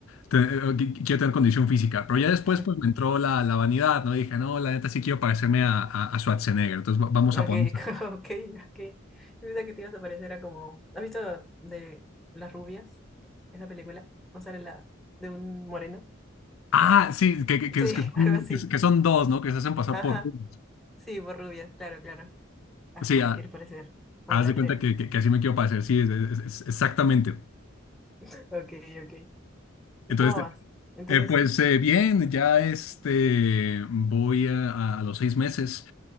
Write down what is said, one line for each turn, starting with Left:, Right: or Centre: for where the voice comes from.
Left: te- eh, qui- quiero tener condición física, pero ya después
Centre: <laughs>
Left: pues me entró la, la vanidad, ¿no? Dije, no, la neta sí quiero parecerme a, a, a Schwarzenegger, entonces va- vamos
Centre: Ok,
Left: a ponernos así.
Centre: <laughs> ok, ok. Yo pensaba que te ibas a parecer era como. ¿Has visto de Las Rubias? Esa película. ¿No sale la de un moreno?
Left: Ah, sí, que, que, que,
Centre: Sí,
Left: es- que son,
Centre: <laughs> algo así.
Left: que es- que son dos, ¿no? Que se hacen pasar
Centre: Ajá,
Left: por... uno.
Centre: sí, por rubia, claro, claro. Así
Left: Sí, ah,
Centre: te quieres parecer, como
Left: haz
Centre: la
Left: de cuenta
Centre: tren.
Left: que, que, que así me quiero parecer, sí, es- es- es- exactamente.
Centre: <laughs> Ok, ok. ¿Y
Left: Entonces...
Centre: cómo vas? Entonces,
Left: Eh, pues eh, bien, ya este voy a, a- a los seis meses.